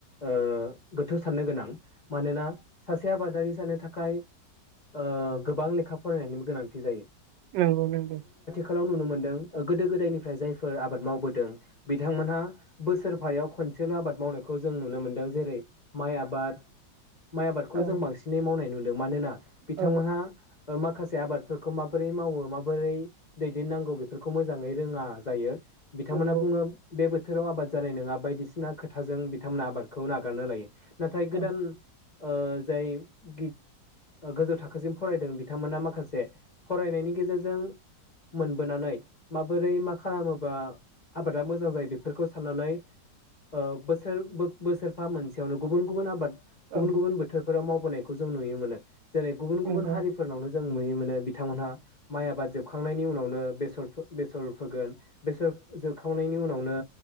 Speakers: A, on the left; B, on the right.
A: ओ गोथौ साननो गोनां मानोना सासे आबादारि जानो थाखाय ओ गोबां लेखा फरायनायनिबो गोनांथि जायो।
B: नंगौ नंगौ।
A: लाव नुनो मोनदों गोदो गोदायनिफ्राय जाय फोर आबाद मावबोदों बिथांमोनहा बोसोरफायाव खनसेल' आबाद मावनायखौ जों नुनो मोनदों जेरै माइ आबाद माइ आबादखौ
B: औ
A: जों बांसिनै मावनाय नु मानोना बिथांमोनहा
B: औ
A: ओ माखासे से आबादफोरखौ माबोरै मावो माबोरै दैदेननांगौ बेफोरखौ मोजाङै रोङा जायो। बिथांमोना
B: नंगौ
A: बुङो बे बो थोराव आबाद जानाय नोङा बायदिसिना खोथाजों बिथांमोना आबादखौ नागारनो लायो। नाथाय गोदान
B: औ
A: ओ जाय गि-गोजौ थाखोसिम फरायदों बिथांमोना माखासे फरायनायनि गेजेरजों मोनबोनानै माबोरै मा खालामो बा आबादा मोजां जायो बेफोरखौ साननानै ओ बोसोर बोसोरफा मोनसेयावनो गुबुन गुबुन आबाद गुबुन
B: औ
A: गुबुन बोथोरफोराव माव नायखौ जों नुयो मोनो। जेरै गुबुन
B: नंगौ
A: गुबुन हारिफोरनावनो जों नुयो मोनो बिथांमोनहा माइ आबाद जोबखांनायनि उनावनो बेसर बेसर फोगोन बेसर जोखावनायनि उनावनो